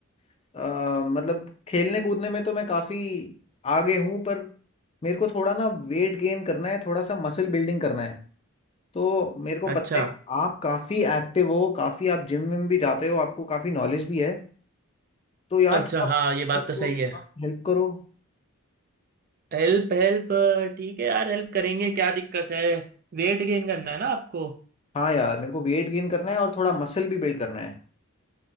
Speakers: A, on the left (about 30°); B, on the right (about 45°).
A: अ, मतलब खेलने कूदने में तो मैं काफी आगे हूँ पर मेरे को थोड़ा ना वेट गेन करना है थोड़ा सा मसल बिल्डिंग करना है तो मेरे को
B: अच्छा
A: पता है कि आप काफी एक्टिव हो काफी आप जिम विम भी जाते हो आपको काफी नॉलेज भी है तो यार
B: अच्छा
A: थोड़ा
B: हाँ ये बात तो सही है
A: हेल्प करो
B: Help help ठीक है यार हेल्प करेंगे क्या दिक्कत है वेट गेन करना है ना आपको
A: हाँ यार मेरे को वेट गेन करना है और थोड़ा मसल भी बिल्ड करना है